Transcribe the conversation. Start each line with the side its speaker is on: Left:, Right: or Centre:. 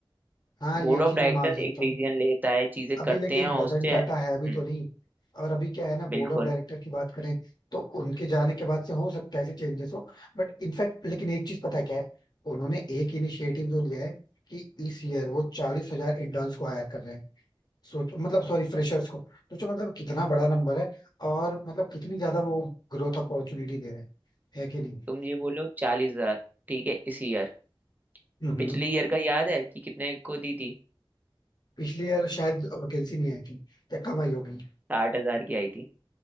Left: हाँ
Right: बोर्ड
Left: ये
Right: ऑफ
Left: चीज
Right: डायरेक्टर्स
Left: मैं मान सकता
Right: एक डिसीजन
Left: हूँ
Right: लेता है चीजें
Left: अभी
Right: करते
Left: लेकिन
Right: हैं और
Left: रतन
Right: उससे
Left: टाटा
Right: हम्म
Left: है अभी तो नहीं और अभी क्या है ना बोर्ड
Right: बिल्कुल
Left: ऑफ डायरेक्टर की बात करें तो उनके जाने के बाद से हो सकता है ऐसे चेंजेस हो बट इनफैक्ट लेकिन एक चीज पता है क्या है उन्होंने एक इनिशिएटिव जो लिया है कि इस ईयर वो चालीस हजार इंटर्न्स को हायर कर रहे हैं सोचो मतलब सॉरी फ्रेशर्स को सोचो मतलब कितना बड़ा नंबर है और मतलब कितनी ज्यादा वो ग्रोथ अपॉर्चुनिटी दे रहे हैं है कि नहीं
Right: तुम ये बोलो चालीस हजार ठीक है इस ईयर
Left: हम्म
Right: पिछले ईयर का याद है कि कितने को दी थी
Left: पिछले ईयर शायद वैकेंसी नहीं आई थी या कम आई होगी
Right: साठ हजार की आई थी